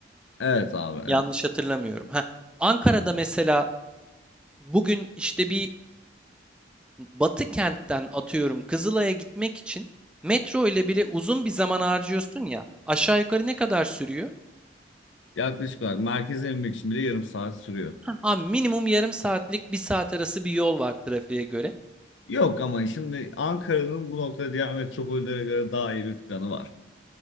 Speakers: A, on the left; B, in the centre.
A: Evet abi
B: Yanlış
A: evet.
B: hatırlamıyorum. Ha, Ankara'da mesela bugün işte bir Batı kentten atıyorum Kızılay'a gitmek için metro ile bile uzun bir zaman harcıyorsun ya. Aşağı yukarı ne kadar sürüyor?
A: Yaklaşık olarak merkeze inmek için bile yarım saat sürüyor.
B: Abi minimum yarım saatlik bir saat arası bir yol var trafiğe göre.
A: Yok ama şimdi Ankara'nın bu noktada diğer metropollere göre daha iyi bir planı var.